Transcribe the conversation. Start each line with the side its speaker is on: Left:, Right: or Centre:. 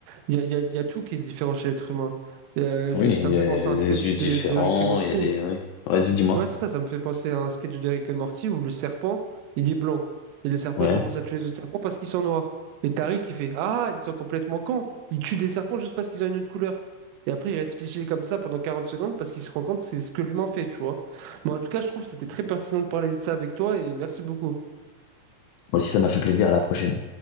Right: Il y a, il y a- il y a tout qui est différent chez l'être humain. Euh,
Left: Oui,
Right: je- ça
Left: il
Right: me
Left: y
Right: fait
Left: a
Right: penser à un
Left: des
Right: sketch
Left: yeux différents,
Right: de, de Rick et Morty.
Left: il y a des, oui. Vas-y, dis-moi.
Right: Ouais, c'est ça, ça me fait penser à un sketch de Rick et Morty où le serpent, il est blanc. Et le serpent,
Left: Ouais.
Right: il commence à tuer les autres serpents parce qu'ils sont noirs. Et Tariq, il fait Ah, ils sont complètement cons. Ils tuent des serpents juste parce qu'ils ont une autre couleur. Et après, il reste figé comme ça pendant 40 secondes parce qu'il se rend compte que c'est ce que l'humain fait, tu vois. Mais en tout cas, je trouve que c'était très pertinent de parler de ça avec toi et merci beaucoup.
Left: Moi aussi, ça m'a fait plaisir, à la prochaine.